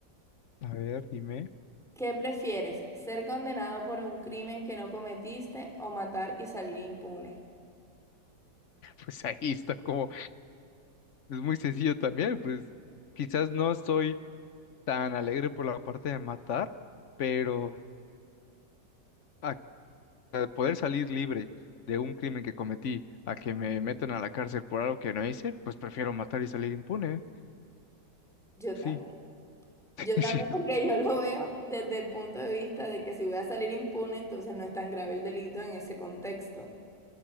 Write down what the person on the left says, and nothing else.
A ver, dime.
Pues ahí está como, es muy sencillo también, pues quizás no soy tan alegre por la parte de matar, pero a a poder salir libre de un crimen que cometí, a que me metan a la cárcel por algo que no hice, pues prefiero matar y salir impune.
Sí,
<laughs>
sí.